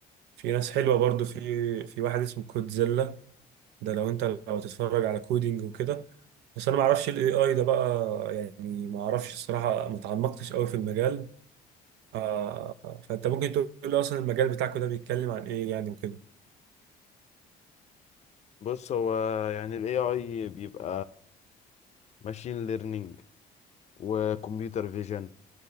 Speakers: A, on the right; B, on the left.
A: في ناس حلوة برضو في في واحد اسمه كودزيلا ده لو انت لو تتفرج على كودينج وكده بس انا ما اعرفش الاي اي ده بقى يعني ما اعرفش الصراحة ما تعمقتش قوي في المجال آه فانت ممكن تقول لي اصلا المجال بتاعك ده بيتكلم عن ايه يعني وكده
B: بص هو يعني ال AI بيبقى ماشين ليرنينج وكمبيوتر فيجن